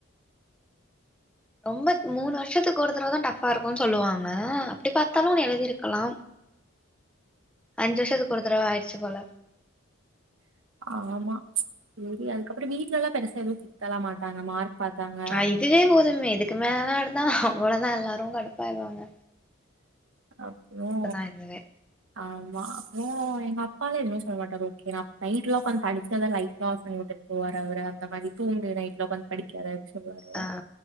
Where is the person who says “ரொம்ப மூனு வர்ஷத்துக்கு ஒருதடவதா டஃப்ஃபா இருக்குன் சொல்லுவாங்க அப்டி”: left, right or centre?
Centre